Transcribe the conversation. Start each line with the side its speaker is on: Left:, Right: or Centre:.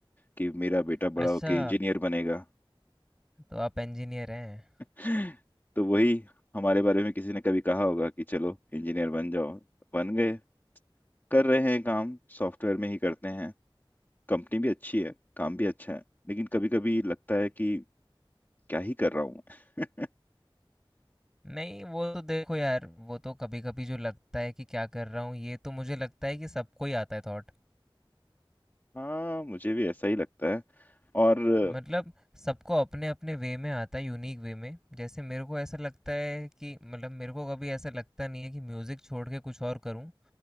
Left: कि मेरा बेटा
Centre: अच्छा,
Left: बड़ा होके इंजीनियर बनेगा
Centre: तो आप इंजीनियर हैं।
Left: <laughs> तो वही हमारे बारे में किसी ने कभी कहा होगा कि चलो इंजीनियर बन जाओ बन गए कर रहे हैं काम सॉफ्टवेयर में ही करते हैं कंपनी भी अच्छी है काम भी अच्छा है लेकिन कभी कभी लगता है कि क्या ही कर रहा हूँ मैं
Centre: नहीं, वो तो देखो यार, वो तो कभी-कभी जो लगता है कि क्या कर रहा हूँ, ये तो मुझे लगता है कि सबको ही आता है थॉट।
Left: <laughs> हाँ मुझे भी ऐसा ही लगता है और हम्म
Centre: मतलब सबको अपने-अपने वे में आता है, यूनिक वे में। जैसे मेरे को ऐसा लगता है कि मतलब मेरे को कभी ऐसा लगता नहीं है कि म्यूज़िक छोड़ के कुछ और करूँ।